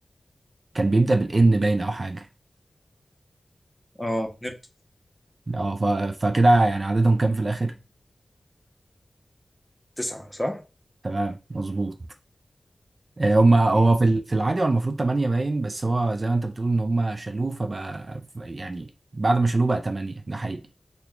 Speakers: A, on the right (about 50°); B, in the centre.
A: كان بيبدأ بالإن باين أو حاجة
B: اه نبتون
A: اه ف- فكده يعني عددهم كام في الآخر؟
B: تسعة صح؟
A: تمام مظبوط آه، هما
B: مم.
A: هو في ال- في العادي هو المفروض 8 باين بس هو زي ما انت بتقول ان هما شالوه فبقى ف- يعني بعد ما شالوه بقى 8 ده حقيقي